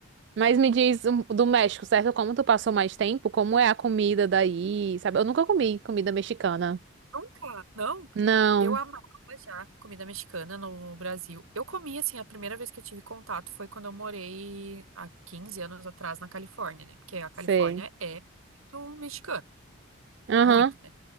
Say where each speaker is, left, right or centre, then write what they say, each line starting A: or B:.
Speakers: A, on the right; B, on the right.
A: Mas me diz um- do México, certo? Como tu passou mais tempo, como é a comida daí, sabe? Eu nunca comi comida mexicana.
B: Nunca, não.
A: Não,
B: Eu amava já comida mexicana no Brasil. Eu comi, assim, a primeira vez que eu tive contato foi quando eu morei há 15 anos atrás na Califórnia, né? Porque a
A: sei.
B: Califórnia é muito mexicana.
A: Aham,
B: Muito, né?